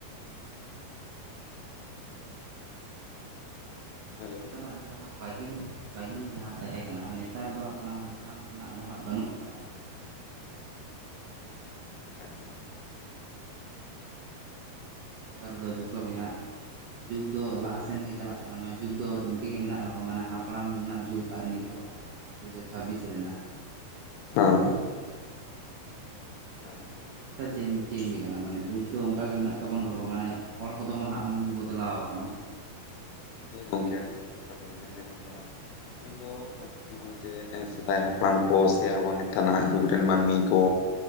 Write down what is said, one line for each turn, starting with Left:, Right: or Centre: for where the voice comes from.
Right: ᱟᱫᱚ ᱱᱮᱛᱟᱨ,
Left: ᱦᱮᱞᱳ
Right: ᱱᱮᱛᱟᱨ ᱟᱜ ᱡᱟᱦᱟᱸᱵ ᱯᱟᱹᱦᱤᱞ, ᱯᱟᱹᱦᱤᱞ ᱡᱟᱦᱟᱸ ᱛᱟᱦᱮᱸ ᱠᱟᱱᱟ ᱱᱮᱛᱟᱨ ᱫᱚ ᱦᱟᱯᱬᱟ ᱦᱟᱯᱬᱟᱢ ᱨᱮᱱᱟᱜ ᱫᱚ ᱦᱟᱸᱜ ᱵᱟᱹᱱᱩᱜ ᱟᱠᱟᱜᱼᱟ,
Left: ᱟᱪᱪᱷᱟ ᱟᱪᱪᱷᱟ,
Right: ᱱᱮᱛᱟᱨ ᱫᱚ ᱡᱷᱚᱛᱚ ᱜᱮ ᱦᱟᱸᱜ ᱡᱩᱜᱽ ᱫᱚ ᱞᱟᱦᱟ ᱥᱮᱱ ᱜᱮ ᱪᱟᱞᱟᱜ ᱠᱟᱱᱟ, ᱢᱟᱱᱮ ᱡᱩᱜᱽ ᱫᱚ ᱤᱸᱠᱟᱹ ᱜᱮ ᱢᱮᱱᱟᱜ ᱨᱮᱦᱚᱸ ᱢᱟᱱᱮ ᱦᱟᱯᱲᱟᱸᱢ ᱨᱮᱱᱟᱜ ᱡᱩᱜᱽ ᱟᱨ ᱱᱤᱛᱚᱜᱼᱟᱜ ᱡᱟ- ᱡᱟᱦᱟᱸ ᱫᱩ ᱦᱟᱡᱟᱨ ᱪᱷᱟᱵᱤᱥ ᱨᱮᱱᱟᱜ
Left: ᱦᱚᱸ,
Right: ᱢᱟᱱᱮ ᱱᱮᱛᱟᱨ ᱫᱚ
Left: ᱟᱪᱪᱷᱟ
Right: ᱢᱟᱱᱮ ᱵᱩᱦᱩᱛ ᱴᱟᱜ ᱪᱮᱸᱡᱽ, ᱪᱮᱸᱡᱽ ᱟᱠᱟᱱᱟ ᱢᱟᱱᱮ ᱡᱩᱜᱽ ᱫᱚ ᱚᱸᱠᱟ ᱜᱮ ᱢᱮᱱᱟᱜ ᱛᱟᱵᱚᱱ ᱨᱮᱦᱚᱸ ᱢᱟᱱᱮ ᱦᱚᱲ ᱠᱚᱫᱚ ᱵᱚ ᱱᱷᱟᱸᱜᱼᱟᱢ ᱵᱚᱫᱞᱟᱣᱟᱠᱟᱱᱟ᱾
Left: ᱦᱮᱸ ᱜᱚᱝᱠᱮ ᱟᱹᱰᱤ ᱡᱚᱛᱷᱟᱛ ᱠᱟᱛᱷᱟ ᱜᱮᱵᱮᱱ ᱢᱮᱱ ᱟᱠᱟᱫᱟ ᱢᱮᱱᱫᱚᱜ ᱱᱚᱜᱼᱚᱭ ᱡᱮ ᱮᱸ ᱥᱮᱫᱟᱭ ᱦᱟᱯᱲᱟᱢ ᱠᱚ ᱥᱮ ᱟᱵᱚ ᱱᱮᱛᱟ ᱱᱟᱸᱜ ᱡᱩᱜᱽ ᱨᱮᱱ ᱢᱟᱹᱱᱢᱤ ᱠᱚ